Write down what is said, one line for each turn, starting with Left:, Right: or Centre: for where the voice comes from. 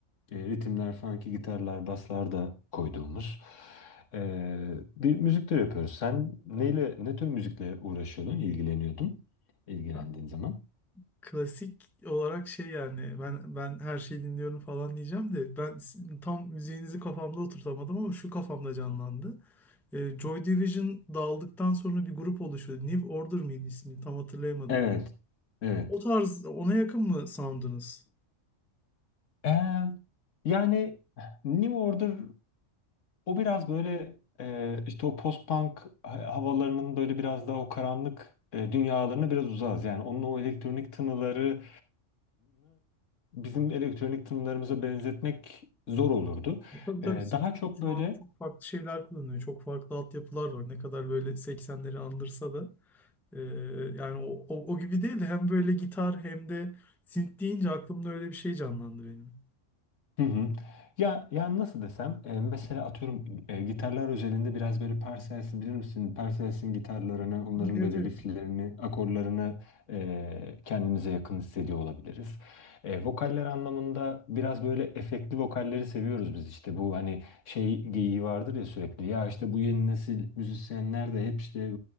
Left: e, ritimler, funky gitarlar, baslar da koyduğumuz ee, bir müzik türü yapıyoruz. Sen neyle, ne tür müzikle uğraşıyordun, ilgileniyordun, ilgilendiğin
Centre: <laughs>
Left: zaman?
Centre: Klasik olarak şey yani ben ben her şeyi dinliyorum falan diyeceğim de ben s- tam müziğinizi kafamda oturtamadım ama şu kafamda canlandı. Ee, Joy Division dağıldıktan sonra bir grup oluşuyordu. New Order mıydı ismi? Tam hatırlayamadım.
Left: Evet, evet.
Centre: O tarz ona yakın mı sound'unuz?
Left: Ee, yani New Order o biraz böyle e, işte o post-punk havalarının böyle biraz daha o karanlık e, dünyalarına biraz uzağız. Yani onun o elektronik tınılarını bizim elektronik tınılarımıza benzetmek zor olurdu.
Centre: E, tabii tabii
Left: Ee,
Centre: synthpop
Left: daha çok
Centre: şu
Left: böyle
Centre: an çok farklı şeyler kullanıyor. Çok farklı altyapılar var. Ne kadar böyle 80'leri andırsa da e, yani o, o, o gibi değil de hem böyle gitar hem de synth deyince aklımda öyle bir şey canlandı benim.
Left: Hı hı. Ya yani nasıl desem e, mesela atıyorum e, gitarlar özelinde biraz böyle Parsels'i bilir misin? Parsels'in gitarlarını, onların
Centre: Evet
Left: böyle
Centre: evet.
Left: rifflerini, akorlarını e, kendimize yakın hissediyor olabiliriz. E, vokaller anlamında biraz böyle efektli vokalleri seviyoruz biz işte bu hani şey geyiği vardır ya sürekli ya işte bu yeni nesil müzisyenler de hep işte